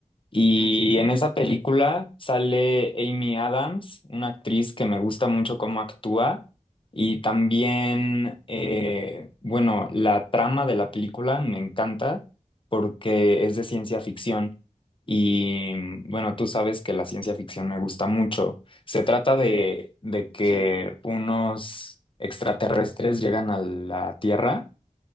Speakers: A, on the left; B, in the centre.
A: Y
B: Ujú, ujú,
A: en esa película sale Amy Adams, una actriz que me gusta mucho cómo actúa. Y también, eh, bueno, la trama de la película me encanta porque es de ciencia ficción. Y bueno, tú sabes que la ciencia ficción me gusta mucho. Se trata de, de que
B: Sí.
A: unos extraterrestres llegan a la Tierra.